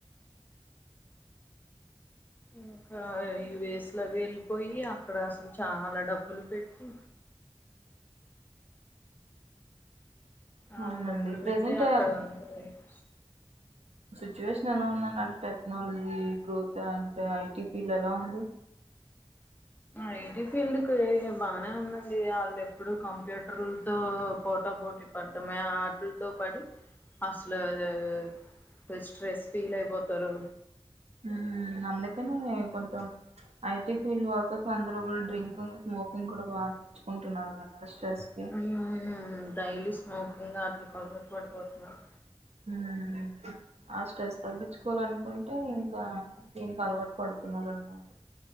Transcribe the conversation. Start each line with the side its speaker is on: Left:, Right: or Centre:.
Left: ఇంకా యు ఎస్ లవి వెళ్ళిపోయి అక్కడ అసలు చాలా డబ్బులు పెట్టి ఆల్
Right: అవునండి
Left: డబ్బులు
Right: ప్రజెంట్
Left: పెట్టి అక్కడ ఉండే <inaudible>
Right: సిచువేషన్ ఎలా ఉందని అంటే technology growth and IT field ఎలా ఉంది
Left: ఐటీ ఫీల్డ్ కే బానే ఉందండి వాళ్ళు ఎప్పుడు కంప్యూటర్లతో పోటా పోటీ పడ్డమే ఆటిల్తో పడి అసలు <unintelligible> <unintelligible> స్ట్రెస్ ఫీల్ అయిపోతారు,
Right: హ్మ్ అందుకనే కొంచం ఐటి ఫీల్డ్ వర్క్ ర అందరు బాగా డ్రింకింగ్ స్మోకింగ్ కూడా బా నేర్చుకుంటున్నారు కదా స్ట్రెస్
Left: <unintelligible>
Right: కి
Left: డైలీ స్మోకింగ్ ఆట్లకి అలవాటు పడిపోతున్నారు.
Right: మ్మ్ ఆ స్ట్రెస్ తగ్గించుకోవాలనుకుంటే ఇంకా దీనికి అలవాటు పడుతున్నారు అనమాట